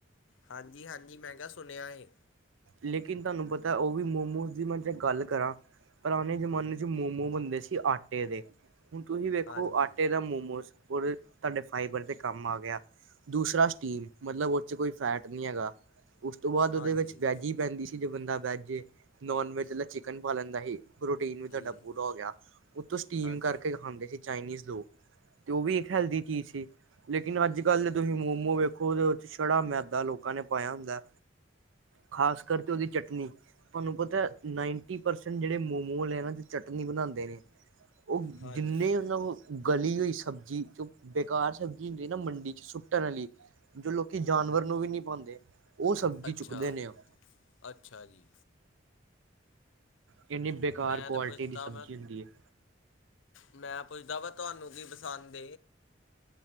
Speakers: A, on the left (about 75°); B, on the right (about 80°).
A: ਹਾਂਜੀ ਹਾਂਜੀ, ਮੈ ਕਿਆ ਸੁਣਿਆ ਏ।
B: ਲੇਕਿਨ ਤੁਹਾਨੂੰ ਪਤੈ ਓਹ ਵੀ ਮੋਮੋਸ ਦੀ ਮੈਂ ਜੇ ਗੱਲ ਕਰਾਂ ਪੁਰਾਣੇ ਜ਼ਮਾਨੇ 'ਚ ਮੋਮੋ ਬਣਦੇ ਸੀ ਆਟੇ ਦੇ। ਹੁਣ ਤੁਸੀਂ ਵੇਖੋ,
A: ਹਾਂਜੀ
B: ਆਟੇ ਦਾ ਮੋਮੋਸ ਔਰ ਤੁਹਾਡੇ ਫਾਈਬਰ ਦੇ ਕੰਮ ਆ ਗਿਆ ਦੂਸਰਾ ਸਟੀਮ ਮਤਲਬ ਓਦੇ ਚ ਕੋਈ ਫੈਟ ਨੀ ਹੈਗਾ। ਉਸ ਤੋਂ ਬਾਦ ਉਦੇ
A: ਹਾਂਜੀ
B: ਵੇਚ ਵੈਜੀ ਪੈਂਦੀ‌। ਜੇ ਬੰਦਾ ਵੈੱਜ ਏ, ਨੋਨ ਵੈਜ ਆਲਾ ਚਿਕਨ ਪਾ ਲੈਂਦਾ ਹੀ। ਪ੍ਰੋਟੀਨ ਵੀ
A: ਜੀ
B: ਤੁਹਾਡਾ ਪੂਰਾ ਹੋ ਗਿਆ, ਉੱਤੋ ਸਟੀਮ
A: ਹਾਂਜੀ
B: ਕਰਕੇ ਖਾਂਦੇ ਸੀ ਚਾਈਨੀਜ਼। ਤੇ ਉਹ ਵੀ ਇੱਕ ਹੈਲਦੀ ਚੀਜ਼ ਸੀ ਲੇਕਿਨ ਅੱਜ ਕੱਲ ਦੇ ਤੁਸੀਂ ਮੋਮੋਜ਼ ਵੇਖੋ ਉਹ ਛੜਾ ਮੈਦਾ ਲੋਕਾਂ ਨੇ ਪਾਇਆ ਹੁੰਦਾ। ਖਾਸ ਕਰਕੇ ਉਹਦੀ ਚਟਨੀ ਤੁਹਾਨੂੰ ਪਤਾ ਨਾਈਨਟੀ ਪਰਸੈਂਟ ਜਿਹੜੇ ਮੋਮੋ ਵਾਲੇ ਇਹ ਚਟਨੀ ਬਣਾਉਂਦੇ ਨੇ। ਉਹ
A: ਹਾਂਜੀ
B: ਜਿੰਨੇ ਮਤਲਬ ਗਲੀ ਹੋਈ ਸਬਜ਼ੀ ਜੋ ਬੇਕਾਰ ਸਬਜ਼ੀ ਹੁੰਦੀ ਨਾ ਮੰਡੀ ਚ ਸੁੱਟਣ ਵਾਲੀ ਜੋ ਲੋਕੀ ਜਾਨਵਰ ਨੂੰ ਵੀ ਨਹੀ ਪਾਉਂਦੇ। ਉਹ ਸਬਜ਼ੀ
A: ਅੱਛਾ
B: ਚੁੱਕਦੇ ਨੇ ਉਹ
A: ਅੱਛਾ ਜੀ।
B: ਕਿੰਨੀ ਬੇਕਾਰ
A: ਮੈਂ
B: ਕੁਆਲਿਟੀ
A: ਤਾਂ ਪੁੱਛਦਾ
B: ਦੀ ਸਬਜ਼ੀ
A: ਮੈਂ
B: ਹੁੰਦੀ ਹੈ।
A: ਮੈਂ ਪੁੱਛਦਾ ਵਾ ਤੁਹਾਨੂੰ ਕੀ ਪਸੰਦ।